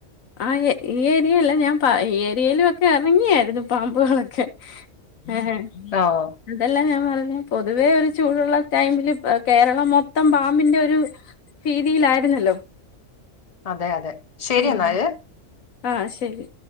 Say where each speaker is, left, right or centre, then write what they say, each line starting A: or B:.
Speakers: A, on the left; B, on the left.
A: ആ, ഈ ഏരിയലില്ല, ഞാൻ ഈ ഏരിയയിലും ഒക്കെ ഇറങ്ങിയായിരുന്നു പാമ്പുകളൊക്കെ എ ഹ ഹ.
B: ആഹ <unintelligible>
A: അതെല്ലെ ഞാൻ പറഞ്ഞെ പൊതുവേ ഒരു ചൂടുള്ള ടൈമില് കേരളം മൊത്തം പാമ്പിന്റെ ഒരു ഭീതിയിലായിരുന്നല്ലോ
B: അതെ അതെ ശരി
A: ഉം
B: എന്നാല്
A: ആഹ് ശരി